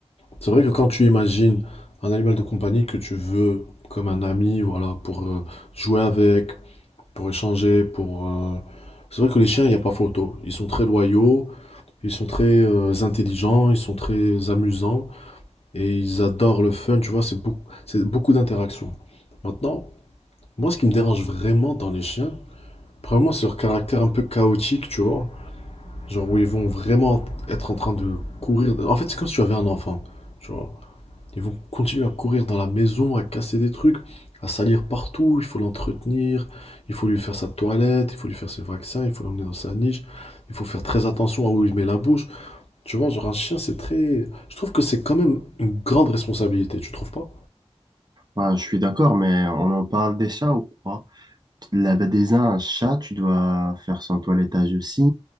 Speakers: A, on the left (about 70°); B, on the right (about 40°).
A: C'est vrai que quand tu imagines un animal de compagnie que tu veux comme un ami, voilà, pour euh, jouer avec, pour échanger, pour... euh, C'est vrai que les chiens, il n'y a pas photo. Ils sont très loyaux, ils sont très euh, intelligents, ils sont très amusants et ils adorent le fun, tu vois, c'est beaucoup, c'est beaucoup d'interactions. Maintenant, moi, ce qui me dérange vraiment dans les chiens, probablement, c'est leur caractère un peu chaotique, tu vois. Genre où ils vont vraiment être en train de courir. En fait, c'est comme si tu avais un enfant, tu vois. Ils vont continuer à courir dans la maison, à casser des trucs, à salir partout. Il faut l'entretenir, il faut lui faire sa toilette, il faut lui faire ses vaccins, il faut l'emmener dans sa niche. Il faut faire très attention à où il met la bouche. Tu vois, genre un chien, c'est très. Je trouve que c'est quand même une grande responsabilité, tu trouves pas?
B: ben, je suis d'accord, mais on en parle des chats ou quoi? Là, ben, déjà, un chat, tu dois faire son toilettage aussi.